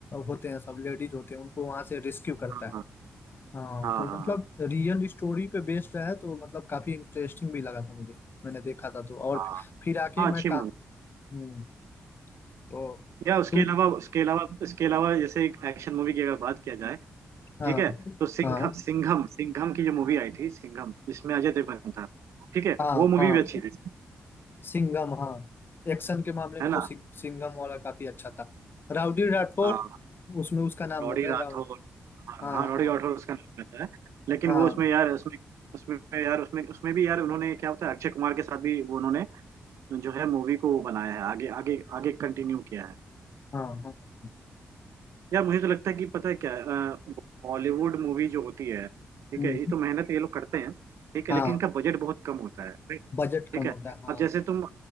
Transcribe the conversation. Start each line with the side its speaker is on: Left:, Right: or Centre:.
Left: होते हैं सब लेडीज होते हैं उनको वहाँ से रेस्क्यू करता
Right: हाँ
Left: है
Right: हाँ
Left: हाँ
Right: हाँ
Left: तो
Right: हाँ
Left: मतलब रियल स्टोरी पे बेस्ड है तो मतलब काफी इंटरेस्टिंग भी लगा था मुझे मैंने देखा था तो और
Right: हाँ
Left: फिर आके
Right: हाँ
Left: मैं
Right: अच्छी
Left: का
Right: मूवी
Left: हम्म, तो
Right: या उसके
Left: तुम
Right: अलावा उसके अलावा इसके अलावा जैसे एक एक्शन मूवी की अगर बात किया जाए
Left: हाँ
Right: ठीक है तो सिंघम
Left: हाँ
Right: सिंघम सिंघम की जो मूवी आई थी सिंघम जिसमें अजय देवगन था ठीक है
Left: हाँ
Right: वो मूवी
Left: हाँ
Right: भी अच्छी थी
Left: सिंघम हाँ एक्शन के मामले में
Right: है ना
Left: तो सिं, सिंघम वाला काफी अच्छा था राउडी राठौर
Right: हाँ
Left: उसमें उसका नाम
Right: रॉडी
Left: रहता
Right: राठौर
Left: है राउड
Right: हाँ
Left: हाँ
Right: हाँ, रॉडी
Left: हाँ
Right: राठौर उसका नाम रहता है लेकिन
Left: हाँ
Right: वो उसमें यार उसमें उसमें यार उसमें उसमें भी यार उन्होंने क्या होता है अक्षय कुमार के साथ भी वो उन्होंने जो है मूवी को बनाया है आगे आगे आगे कंटिन्यू किया है
Left: हाँ हाँ हाँ,
Right: यार मुझे तो लगता है कि पता है क्या बॉलीवुड मूवी जो होती है ठीक
Left: हम्म,
Right: है ये तो मेहनत ये लोग करते हैं ठीक है
Left: हाँ
Right: लेकिन इनका बजट बहुत कम होता है right?
Left: बजट
Right: ठीक
Left: कम
Right: है
Left: होता है हाँ
Right: अब जैसे तुम